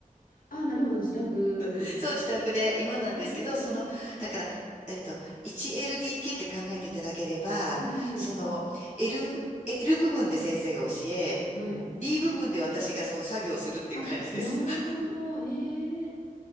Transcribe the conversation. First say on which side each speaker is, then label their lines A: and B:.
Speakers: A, on the left; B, on the left.
A: ああ、なるほど。自宅。
B: <laughs> そう、自宅で今なんですけど、
A: ええうんうん。
B: その、だから、えっと、1LDK って考えていただければ、
A: ええ
B: その、L、L 部分で先生が教え、
A: はい。
B: D 部分で私がそう作業するっていう感じです。
A: あ、なるほど。
B: <laughs>
A: ええ